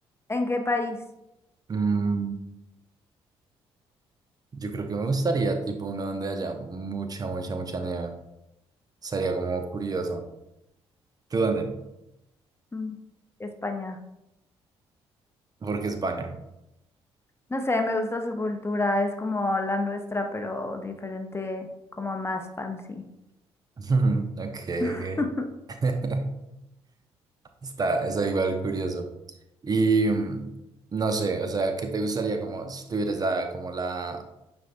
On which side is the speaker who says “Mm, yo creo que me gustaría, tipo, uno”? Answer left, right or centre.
Right